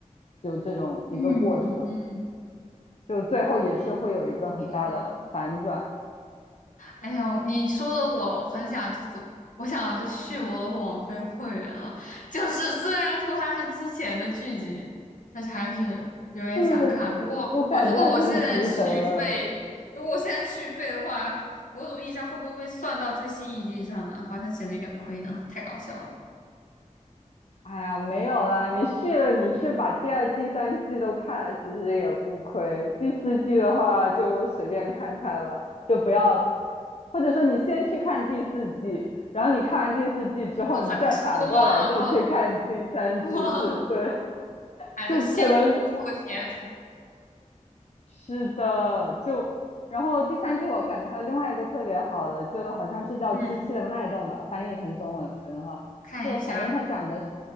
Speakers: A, on the left; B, on the left.
A: 就这种一个过程，
B: 嗯嗯，
A: 就最后也是会有一个很大的反转。
B: 哎挺好。哎呦，你说的我很想就怎么，我想就续我的网飞会员了。就是虽然说它是之前的剧集，但是还是有点想看。
A: 对，
B: 不过我如果我现在续费，
A: 我感觉很值得。
B: 如果我现在续费的话，某种意义上会不会算到最新一季上啊？好像显得有点亏呢，太搞笑了，
A: 哎呀，没有啦，你续了，你去把第二、第三季都看了，其实也不亏。第四季的话就随便看看吧，就不要，或者说你先去看第四季，然后你看完第四季之后，
B: 就很失望。
A: 你再反过来再去看第三季，
B: 然后，<laughs>
A: 是，对，<laughs>
B: 哎，
A: 就可能
B: 就先苦后甜，
A: 是的，就然后第三季我感觉还有另外一个特别好的，就好像是叫《机器的脉动》吧，
B: 嗯，
A: 翻译成中文的话，
B: 看一下。
A: 就反正它讲的是，